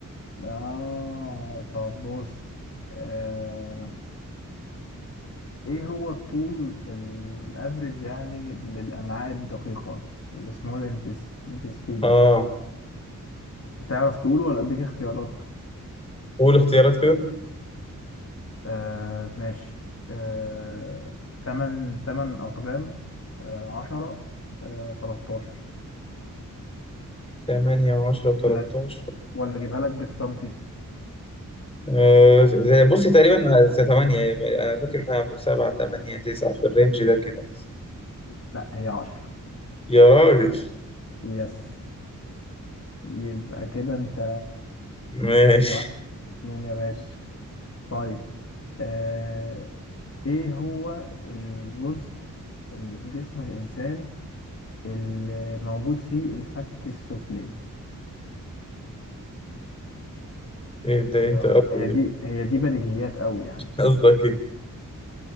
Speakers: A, on the left; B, on the left.
A: اه طب بص آه... ايه هو الطول الافريج يعني للامعاء الدقيقة السمول intestine
B: اه
A: تعرف تقوله ولا اديك اختيارات
B: قول اختيارات كده
A: آه ماشي آه تمن تمن اقدام آه عشرة آه تلتاشر
B: 8 و10 و13
A: ولا ولا اجيبها لك بالسنتي
B: آه زي بصي تقريبا زي 8 انا فاكر انها 7 8 9 في الرينج ده كده مثلا
A: لا هي عشرة
B: يا راجل
A: يس يبقى كده انت
B: ماشي
A: انت واحد اتنين يا باشا طيب آه ايه هو الجزء اللي في جسم الانسان اللي موجود فيه الفك السفلي
B: ابدا
A: هي
B: انت قصدي-
A: هي دي هي دي بديهيات قوي يعني
B: قصدك ايه؟